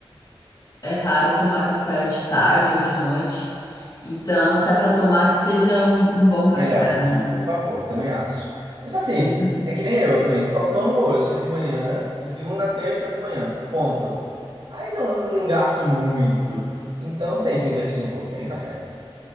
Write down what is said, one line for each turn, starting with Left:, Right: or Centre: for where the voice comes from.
Left: é raro eu tomar café de tarde ou de noite. Então, se é para tomar, que seja um, um bom café,
Right: Melhorzinho,
Left: né?
Right: por favor, também acho. Mas assim,
Left: Uhum.
Right: é que nem eu também, só tomo hoje de manhã, de segunda a sexta de manhã, ponto. Aí não, não gasto muito, então tem que investir um pouquinho em café.